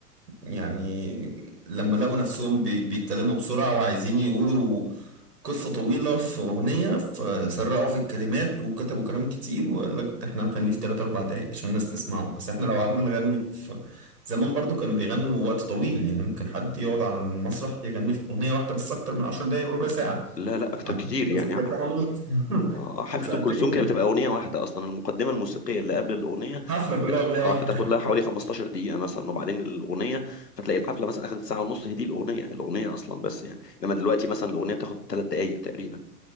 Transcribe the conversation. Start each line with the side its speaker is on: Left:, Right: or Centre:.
Right: يعني لما لقوا نفسهم بي- بيتكلموا بسرعة وعايزين يقولوا قصة طويلة في أغنية فسرعوا في الكلمات وكتبوا كلام كتير وقال لك ده احنا هنغنيه في تلات أربع دقايق عشان الناس تسمعه بس احنا لو قعدنا نغني في زمان برضو كانوا بيغنوا وقت طويل يعني ممكن حد يقعد على المسرح يغني في أغنية واحدة بس أكتر من عشر دقايق وربع ساعة
Left: لا لا اكتر
Right: عندهم
Left: كتير يعني
Right: كلثوم كانت ساعة ونص <laughs>
Left: آه، حفله
Right: كانت ساعتين
Left: ام كلثوم كده بتبقى اغنيه واحده اصلا المقدمه الموسيقيه اللي قبل الاغنيه
Right: حفلة كلها
Left: بت-
Right: أغنية واحدة
Left: آه، بتاخد لها حوالي 15 دقيقه مثلا وبعدين الاغنيه فتلاقي الحفله مثلا اخذت ساعه ونص هي دي الاغنيه الاغنيه اصلا بس يعني انما دلوقتي مثلا الاغنيه بتاخد ثلاث دقائق تقريبا